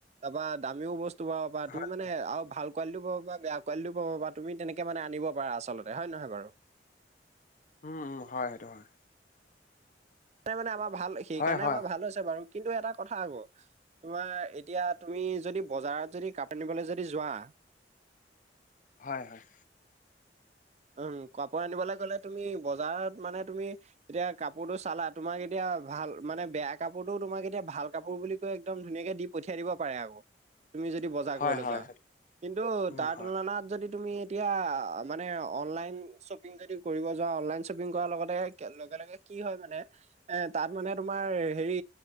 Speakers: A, on the right (about 40°); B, on the left (about 45°).
A: তাপা দামিও বস্তু পাব পাৰা
B: হয়
A: তুমি মানে আৰু ভাল কোৱালিটো পাব বা বেয়া কোৱালিটো পাব বা, তুমি তেনেকে মানে আনিব পাৰা আচলতে হয় নহয় বাৰু।
B: উম উম হয় সেইটো হয়।
A: মানে আমাৰ ভাল সেইকাৰণে
B: হয় হয়
A: আমাৰ ভাল আ হৈছে বাৰু। কিন্তু এটা কথা আকৌ, তোমাৰ এতিয়া তুমি যদি বজাৰত যদি কক <unintelligible> পনিবলৈ যদি যোৱা,
B: হয় হয়।
A: উম কাপোৰ আনিবলৈ গ'লে তুমি বজাৰত মানে তুমি এতিয়া কাপোৰটো চালা, তোমাক এতিয়া ভাল মানে বেয়া কাপোৰটো তোমাক এয়া এতিয়া ভাল কাপোৰ বুলি কৈ একদম ধুনীয়াকে দি পঠিয়াই দিব পাৰে আৰু। তুমি যদি বজাৰ
B: হয়
A: কৰিবলৈ
B: হয়
A: যোৱা।
B: হয়
A: কিন্তু
B: উম
A: তাৰ
B: হয়
A: তুলনাত যদি তুমি এতিয়া, মানে অনলাইন শ্বপিং যদি কৰিব যোৱা, অনলাইন শ্বপিং কৰাৰ লগতে লগে লগে কি হয় মানে। এ তাত মানে তোমাৰ হেৰি